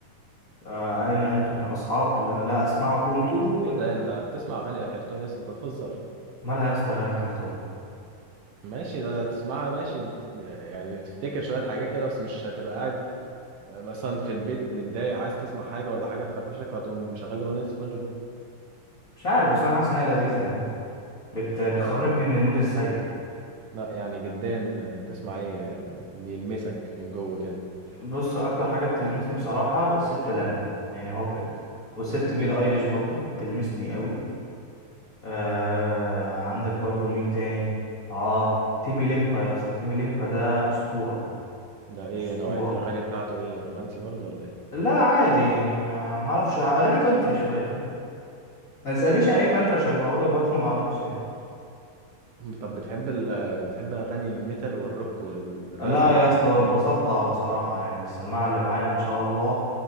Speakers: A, on the left (about 30°); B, on the right (about 70°).
A: آه اين انتم يا اصحاب لا, لا اسمعكم توت
B: ايه ده انت بتسمع اغاني كرتوني اصلا انت تهزر
A: مالها يا اسطى اغاني الكرتون
B: ماشي ده تسمعها ماشي يعني تفتكر شوية حاجات كده بس مش هتبقى قاعد آه، مثلا في البيت متضايق عايز تسمع حاجة ولا حاجة تفرفشك وهتقوم مشغل لي أغنية سبونج بوب
A: مش عارف بس انا حاسس ان هي لذيذه يعني بت... بتخرجني
B: لا لا
A: من المود السيء
B: لا يعني جدا بتسمع إيه آه، بيلمسك من جوه كده
A: بص اكتر حاجه بتلمسني بصراحه الست لانا يعني هو بجد والست بيلي ايليش برضو بتلمسني قوي آه عندك برضو مين تاني اه تيمي ليمبا يا اسطى تيمي ليمبا ده اسطوره
B: ده إيه
A: اسطوره
B: نوعية الأغاني بتاعته إيه رومانسي برضه ولا إيه
A: لا عادي يعني ما ما اعرفش اغاني كانتري شويه فاهم ما تسالنيش يعني ايه كانتري عشان بقول لك برضو ما اعرفش يعني
B: طب بتحب ال... آه، بتحب أغاني الميتال والروك والرزع
A: لا
B: والتخبيط
A: يا اسطى بصدع
B: ده
A: بصراحه يعني السماعه اللي معايا ما شاء الله